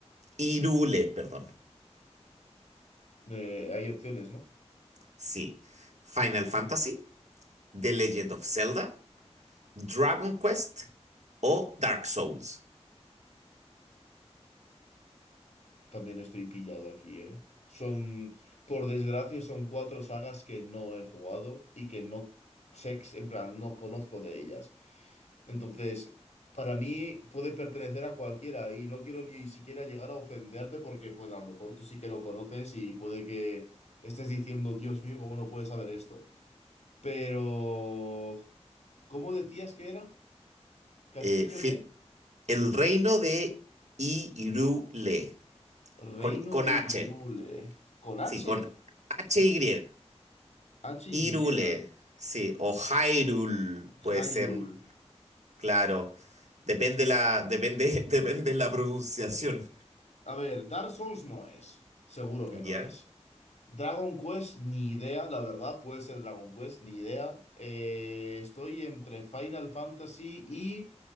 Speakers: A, on the right (about 85°); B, on the left (about 80°).
A: Irule, perdón.
B: Eh, hay opciones, ¿no?
A: Sí. Final Fantasy, The Legend of Zelda, Dragon Quest o Dark Souls.
B: También estoy pillado aquí, ¿eh? Son, por desgracia, son cuatro sagas que no he jugado y que no sé, ex- en plan, no conozco de ellas. Entonces, para mí puede pertenecer a cualquiera y no quiero ni siquiera llegar a ofenderte porque pues a lo mejor tú sí que lo conoces y puede que estés diciendo, Dios mío, ¿cómo no puedes saber esto? Pero... ¿Cómo decías que era? ¿Castillo
A: Eh, fi-
B: qué?
A: el reino de Irule,
B: Reino
A: con, con
B: de
A: H.
B: Hyrule. Con
A: Sí,
B: H.
A: con H y.
B: H-Y.
A: Hyrule, sí, o Hyrule puede
B: Hyrule.
A: ser, claro. Depende la, depende, <laughs> depende la pronunciación,
B: A ver, Dark Souls no es. Seguro que
A: ¿ya?
B: no es. Dragon Quest, ni idea, la verdad, puede ser Dragon Quest, ni idea. Eh, estoy entre Final Fantasy y